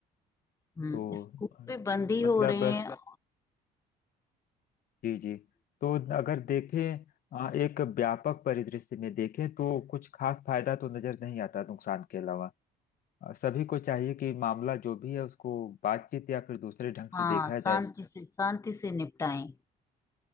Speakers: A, on the left; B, on the left.
A: हम्म
B: तो
A: स्कूल
B: अ,
A: पे बंद ही हो
B: मतलब
A: रहे हैं
B: जी जी तो अगर देखें अ, एक व्यापक परिदृश्य में देखें तो कुछ खास फायदा तो नजर नहीं आता नुकसान के अलावा अ, सभी को चाहिए कि मामला जो भी है उसको बातचीत या फिर दूसरे ढंग
A: हाँ
B: से देखा
A: शांति
B: जाए
A: से शांति से निपटाएं